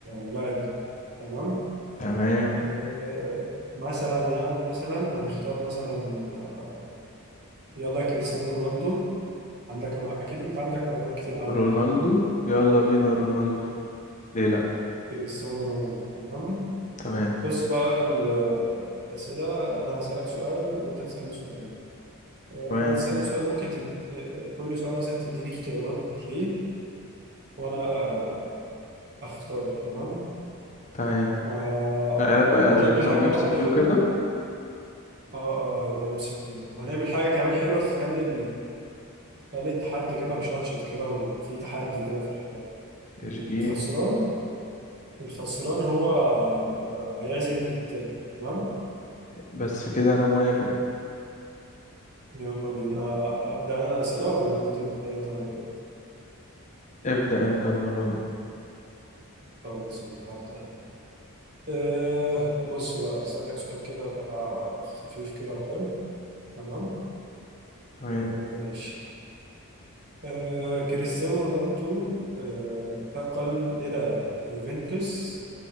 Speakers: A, on the right (about 50°); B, on the left (about 35°).
A: اللاعب ده تمام
B: تمام
A: آه، مثلا يعني مثلا هنختار مثلا آه، يلا كريستيانو رونالدو عندك ما اكيد انت عندك معلومات كتير عنه
B: رونالدو
A: كده
B: يلا بينا رونالدو ليه لأ
A: كريستيانو رونالدو تمام
B: تمام
A: بص بقى ال- الأسئلة أنا هسألك سؤال وأنت تسألني سؤال آه،
B: تمام
A: هتسألني سؤال ممكن تد... آه، كل سؤال مثلا تديني اختيارات ليه وأنا آه، أختار تمام
B: تمام
A: و-
B: آه بقى
A: وهنعمل
B: زي نظام
A: حاجة
B: ام
A: برضو
B: سي كيو كده
A: اه اه هيبقى ام سي كيو وهنعمل حاجة كمان حلوة تخلي خلي التحدي كده مشطشط كده وفي تحدي كده في الحوار
B: اشجيني
A: الخسران الخسران هو هي- هيعزم التاني تمام
B: بس كده انا موافق
A: يلا بينا آه، أبدأ أنا الأسئلة ولا أنت تبدأ أنت ولا إيه؟
B: ابدأ انت المرة دي
A: خلاص يلا هبدأ أنا أه بص بقى أسألك سؤال كده خفيف كده وحلو تمام
B: تمام
A: أه ماشي أه كريستيانو رونالدو أه انتقل إلى يوفنتوس